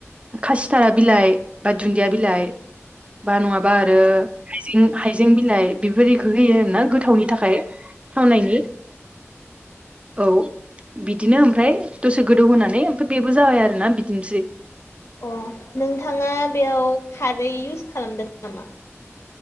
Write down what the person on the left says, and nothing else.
अ नोंथाङा बेयाव खारै इउस खालामदों नामा?